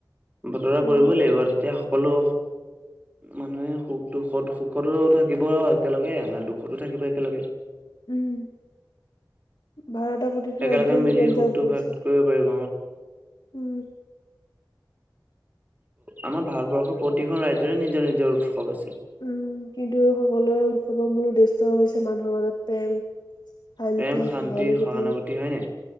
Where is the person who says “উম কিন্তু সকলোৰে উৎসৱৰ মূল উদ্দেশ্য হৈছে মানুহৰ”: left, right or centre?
Left